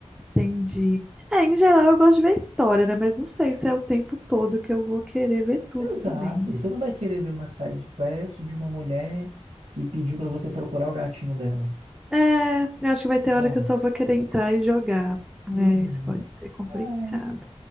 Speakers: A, in the centre; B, on the right.
A: Entendi. É, em geral eu gosto de ver história, né? Mas não sei se é o tempo todo que eu vou querer ver tudo
B: Exato,
A: também, né?
B: você não vai querer ver uma side quest de uma mulher que pediu para você procurar o gatinho dela.
A: É, eu acho que vai ter hora
B: Bom,
A: que eu só vou querer entrar e jogar.
B: uhum.
A: né? isso pode ser complicado.
B: É,